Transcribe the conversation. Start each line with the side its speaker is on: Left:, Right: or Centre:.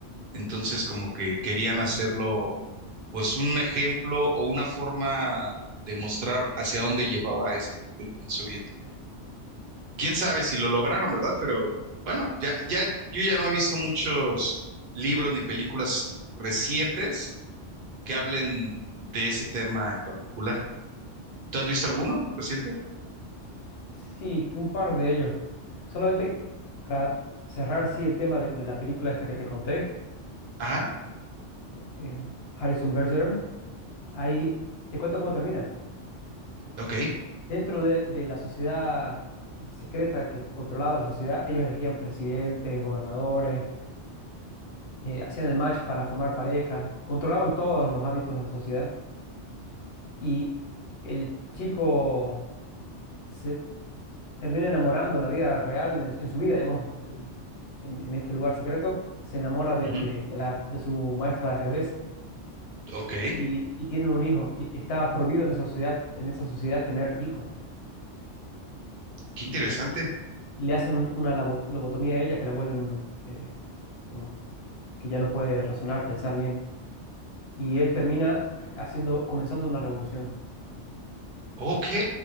Right: Entonces, como que querían hacerlo, pues, un ejemplo o una forma de mostrar hacia dónde llevaba esa parte de la Unión Soviética quién sabe si lo lograron, ¿verdad? Pero bueno, ya, ya, yo ya no he visto muchos libros ni películas recientes que hablen de ese tema en particular. ¿Tú has visto alguno reciente?
Left: Sí, que un par de ellos. Solamente para cerrar, sí, el tema de, de la película esta que te conté,
Right: Ajá,
Left: eh, em, Harrison Bergeron, ahí te cuento cómo termina.
Right: ok,
Left: Dentro de, de la sociedad eh, secreta que controlaba la sociedad, ellos elegían presidentes, gobernadores, eh, hacían el match para formar parejas, controlaban todos los ámbitos de la sociedad y el chico se termina enamorando en la vida real, en, en su vida, digamos, de- en, en este lugar secreto, se enamora de,
Right: ujú,
Left: de- de la, de su maestra de ajedrez
Right: ok, qué
Left: y, y tienen un hijo y está prohibido en esa sociedad, en esa sociedad tener hijos.
Right: interesante.
Left: Eh, le hacen un- una labo- lobotomía a ella que la vuelven, eh, digamos, que ya no puede razonar, pensar bien. Y él termina haciendo, comenzando una revolución.
Right: Ok,